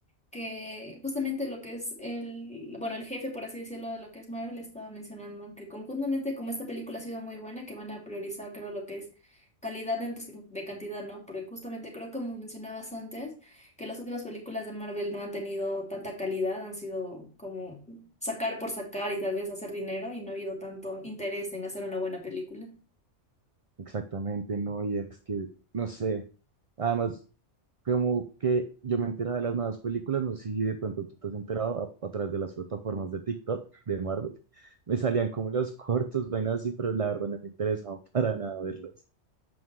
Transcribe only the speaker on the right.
Exactamente, no, y es que, no sé, además, como que yo me enteraba de las nuevas películas, no sé si de pronto tú te has enterado a, a través de las plataformas de TikTok, de Marvel, me salían como los <laughs> cortos, vainas así, pero la verdad no me interesaba para nada verlos.